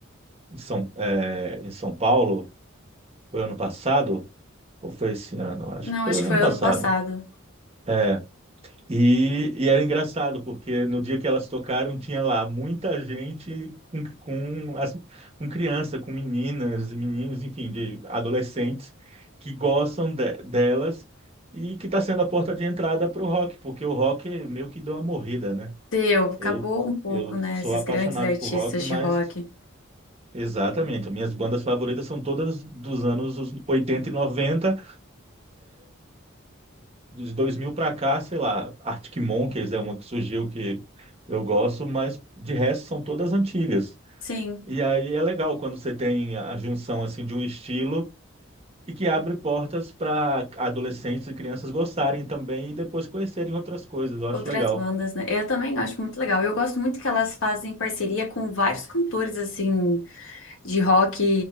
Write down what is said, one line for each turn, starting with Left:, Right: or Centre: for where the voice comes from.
Right: em São, eh, em São Paulo, foi ano passado, ou foi esse ano? Acho
Left: Não,
Right: que foi
Left: acho
Right: ano
Left: que foi
Right: passado
Left: ano passado.
Right: É, e, e era engraçado, porque no dia que elas tocaram, tinha lá muita gente com, com, as, com criança, com meninas, e meninos, enfim, de adolescentes que gostam de- delas e que está sendo a porta de entrada para o rock, porque o rock meio que deu uma morrida, né?
Left: Deu, acabou
Right: Eu,
Left: um pouco,
Right: eu
Left: né?
Right: sou
Left: Esses
Right: apaixonado
Left: grandes artistas
Right: por rock, mas
Left: de rock.
Right: exatamente, as minhas bandas favoritas são todas dos anos 80 e 90, de 2000 para cá, sei lá, Arctic Monkeys é uma que surgiu que eu gosto, mas de resto são todas antigas.
Left: Sim,
Right: E aí é legal quando você tem a junção assim de um estilo e que abre portas para adolescentes e crianças gostarem também e depois conhecerem outras coisas. Eu acho
Left: outras
Right: legal.
Left: bandas, né? Eu também acho muito legal. Eu gosto muito que elas fazem parceria com vários cantores, assim, de rock